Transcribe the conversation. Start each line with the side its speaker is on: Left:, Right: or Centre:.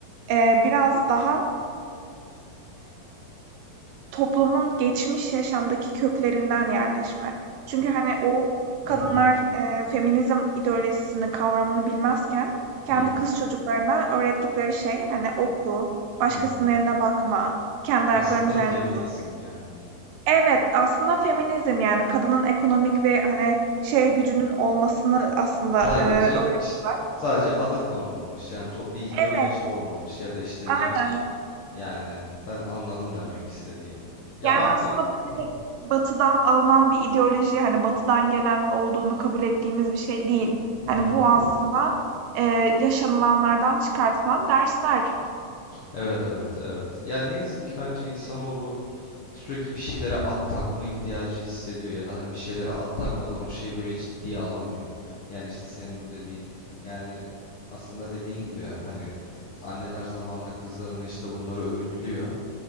Right: eee, biraz daha, Toplumun geçmiş yaşamdaki köklerinden yerleşme. Çünkü, hani, o kadınlar,
Left: Hı hı.
Right: eee, feminizm ideolojisini, kavramını bilmezken kendi
Left: Hı hı.
Right: kız çocuklarına öğrettikleri şey, hani, oku, başkasının
Left: Hı hı.
Right: eline bakma, kendi ayaklarının
Left: Aslında
Right: üzerinde
Left: feminizm
Right: dur.
Left: yani.
Right: Evet, aslında feminizm, yani, kadının ekonomik ve, hani, şey gücünün olmasını aslında,
Left: Sadece
Right: eee, öğretiyorlar.
Left: işte, sadece adı konulmamış. Yani to- bir ideoloji
Right: Evet,
Left: olmamış ya da işte
Right: aynen.
Left: ne bileyim. Yani ben anladım demek istediğini. Ya
Right: Yani
Left: maalesef.
Right: aslında bu direkt
Left: Hı,
Right: Batı'dan alınan bir ideoloji, hani Batı'dan gelen olduğunu kabul ettiğimiz bir şey değil. Hani
Left: hı.
Right: bu aslında e, yaşanılanlardan çıkartılan dersler.
Left: Evet evet evet. Ya ne yazık ki bence insanoğlu sürekli bir şeylere at takma ihtiyacı hissediyor ya da hani bir şeylere at takmadan o şeyi böyle ciddiye alamıyor. Yani işte senin bu dediğin yani aslında dediğin gibi hani anneler zamanında kızlarını işte bunları öğütlüyor.